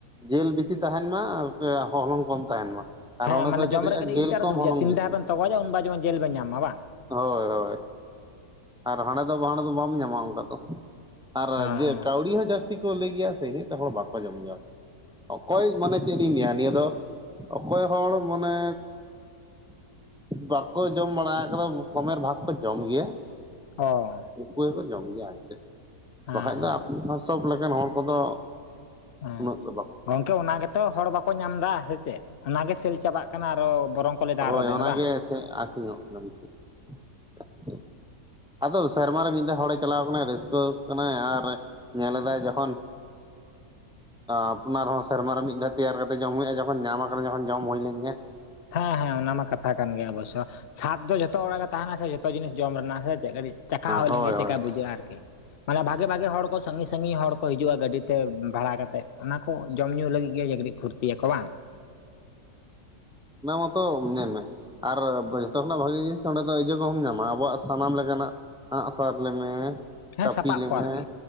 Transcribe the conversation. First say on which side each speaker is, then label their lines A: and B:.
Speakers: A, in the centre; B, on the left.
A: ᱡᱤᱞ ᱵᱮᱥᱤ ᱛᱟᱦᱮᱱ ᱢᱟ ᱦᱚᱞᱚᱝ ᱠᱚᱢ ᱛᱟᱦᱮᱱ ᱢᱟ ᱟᱨ
B: ᱦᱮᱸ
A: ᱚᱸᱰᱮ
B: ᱢᱟᱱ
A: ᱫᱚ ᱪᱮᱫ
B: ᱡᱚᱢ
A: ᱦᱩᱭᱩᱜᱼᱟ
B: ᱨᱮ ᱠᱟᱹᱴᱤᱡ
A: ᱡᱤᱞ
B: ᱤᱱᱴᱟᱨᱮᱥᱴ
A: ᱠᱚᱢ ᱦᱚᱞᱚᱝ
B: ᱵᱩᱡᱟ ᱛᱤᱱ
A: ᱵᱮᱥᱤ
B: ᱫᱦᱟᱣ ᱵᱮᱱᱛᱚᱜᱚᱡᱼᱟ ᱩᱱ ᱵᱟ ᱡᱮᱢᱚᱱ ᱡᱮᱞ ᱵᱮᱱ ᱧᱟᱢᱟ ᱵᱟᱝ
A: ᱦᱳᱭ ᱦᱳᱭ ᱟᱨ ᱦᱟᱸᱰᱮ ᱫᱚ ᱦᱟᱸᱰᱮ ᱫᱚ ᱵᱟᱢ ᱧᱟᱢᱟ ᱚᱱᱠᱟ ᱫᱚ ᱟᱨ
B: ᱦᱮᱸ ᱦᱮᱸ
A: ᱠᱟᱹᱣᱰᱤ ᱦᱚᱸ ᱡᱟᱹᱥᱛᱤ ᱠᱚ ᱞᱟᱹᱭ ᱜᱮᱭᱟ ᱥᱮ ᱤᱱᱟᱹᱜ ᱛᱮ ᱦᱚᱲ ᱵᱟᱠᱚ ᱡᱚᱢ ᱜᱮᱭᱟ ᱚᱠᱚᱭ ᱢᱟᱱᱮ ᱪᱮᱫ ᱤᱧ ᱞᱟᱹᱭᱟ ᱱᱤᱭᱟᱹ ᱫᱚ ᱚᱠᱚᱭ ᱦᱚᱲ ᱢᱟᱱᱮ ᱵᱟᱠᱚ ᱡᱚᱢ ᱵᱟᱲᱟ ᱟᱠᱟᱫᱟ ᱠᱚᱢᱮᱨ ᱵᱷᱟᱜᱽ ᱠᱚ ᱡᱚᱢ ᱜᱮᱭᱟ
B: ᱦᱚᱭ
A: ᱩᱱᱠᱩ ᱜᱮᱠᱚ ᱡᱚᱢ ᱜᱮᱭᱟ ᱟᱨᱪᱮᱫ
B: ᱦᱮᱸ
A: ᱵᱟᱠᱷᱟᱡ
B: ᱦᱮᱸ
A: ᱫᱚ ᱟ ᱥᱚᱵ ᱞᱮᱠᱟᱱ ᱦᱚᱲ ᱠᱚᱫᱚ
B: ᱦᱮᱸ
A: ᱩᱱᱟᱹᱜ ᱫᱚ ᱵᱟᱠᱚ
B: ᱜᱚᱝᱠᱮ ᱚᱱᱟ ᱜᱮᱛᱚ ᱦᱚᱲ ᱵᱟᱠᱚ ᱧᱟᱢ ᱮᱫᱟ ᱥᱮ ᱪᱮᱫ ᱚᱱᱟᱜ ᱜᱮ ᱥᱮᱞ ᱪᱟᱵᱟᱜ ᱠᱟᱱᱟ ᱟᱨᱚ ᱵᱚᱨᱚᱝ ᱠᱚ ᱞᱟᱹᱭ ᱮᱫᱟ
A: ᱦᱚᱭ
B: ᱟᱨᱚ ᱫᱮᱱ
A: ᱚᱱᱟᱜᱮ
B: ᱵᱟᱝ
A: ᱪᱮᱫ ᱟᱹᱠᱷᱨᱤᱧᱚᱜ ᱠᱟᱱᱟ ᱵᱮᱥᱤ ᱡᱟᱹᱥᱛᱤ ᱟᱫᱚ ᱥᱮᱨᱢᱟᱨᱮ ᱢᱤᱫ ᱫᱷᱟᱣ ᱦᱚᱲᱮ ᱪᱟᱞᱟᱣ ᱟᱠᱟᱱᱟ ᱨᱟᱹᱥᱠᱟᱹ ᱠᱟᱱᱟᱭ ᱟᱨ ᱧᱮᱞᱫᱟᱭ ᱡᱚᱠᱷᱚᱱ ᱟᱯᱱᱟᱨ ᱦᱚᱸ ᱥᱮᱨᱢᱟ ᱨᱮ ᱢᱤᱫ ᱫᱷᱟᱣ ᱛᱮᱭᱟᱨ ᱠᱟᱛᱮᱫ ᱡᱚᱢ ᱦᱩᱭᱩᱜᱼᱟ ᱡᱚᱠᱷᱚᱱ ᱧᱟᱢ ᱟᱠᱟᱱᱟ ᱡᱚᱠᱷᱚᱱ ᱡᱚᱢ ᱦᱩᱭ ᱞᱮᱱ ᱜᱮᱭᱟ
B: ᱦᱮᱸ ᱦᱮᱸ ᱚᱱᱟ ᱢᱟ ᱠᱟᱛᱷᱟ ᱠᱟᱱ ᱜᱮ ᱚᱵᱚᱥᱳ ᱥᱟᱫ ᱫᱚ ᱡᱚᱛᱚ ᱦᱚᱲᱟᱜ ᱜᱮ ᱛᱟᱦᱮᱱᱟ ᱥᱮ ᱡᱷᱚᱛᱚ ᱡᱤᱱᱤᱥ ᱡᱚᱢ ᱨᱮᱱᱟᱜ ᱥᱮ ᱠᱟᱹᱴᱤᱡ ᱪᱟᱠᱷᱟ ᱦᱩᱭ
A: ᱦᱳᱭ
B: ᱞᱮᱱᱜᱮ ᱪᱤᱫᱞᱮᱠᱟ
A: ᱦᱳᱭ
B: ᱵᱩᱡᱷᱟᱹᱜᱼᱟ ᱟᱨᱠᱤ ᱢᱟᱱᱮ ᱵᱷᱟᱜᱮ ᱵᱷᱟᱜᱮ ᱦᱚᱲ ᱠᱚ ᱥᱟᱺᱜᱤᱧ ᱥᱟᱺᱜᱤᱧ ᱦᱚᱲ ᱠᱚ ᱦᱤᱡᱩᱜᱼᱟ ᱜᱟᱹᱰᱤᱛᱮ ᱵᱷᱟᱲᱟ ᱠᱟᱛᱮ ᱚᱱᱟ ᱡᱚᱢ ᱧᱩ ᱞᱟᱹᱜᱤᱫ ᱜᱮ ᱡᱠᱲᱤᱡ ᱯᱷᱩᱨᱛᱤᱭᱟᱠᱚ ᱵᱟᱝ
A: ᱚᱱᱟ ᱢᱟᱛᱚ ᱧᱮᱞ ᱢᱮ ᱟᱨ ᱡᱚᱛᱚ ᱠᱷᱚᱱᱟᱜ ᱵᱷᱟᱹᱜᱤ ᱡᱤᱱᱤᱥ ᱚᱸᱰᱮ ᱫᱚ ᱮᱭᱟᱠᱚ ᱡᱚᱢ ᱧᱟᱢᱟ ᱟᱵᱚᱣᱟᱜ ᱥᱟᱱᱟᱢ ᱞᱮᱠᱟᱱᱟᱜ ᱦᱟᱜ ᱥᱟᱨ ᱞᱮᱢᱮ
B: ᱦᱮᱸ
A: ᱠᱟᱹᱯᱤ
B: ᱥᱟᱯᱟᱵ
A: ᱞᱮᱭᱢᱮ
B: ᱠᱚ ᱟᱨᱠᱤ